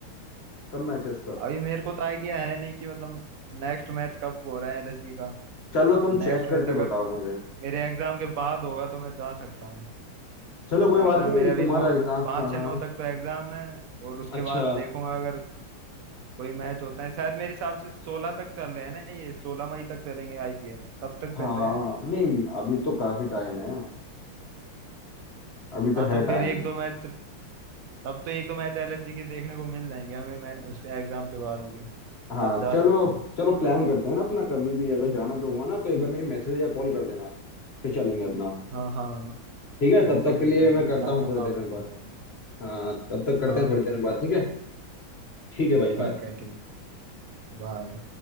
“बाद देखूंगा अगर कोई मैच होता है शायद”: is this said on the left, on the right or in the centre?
Right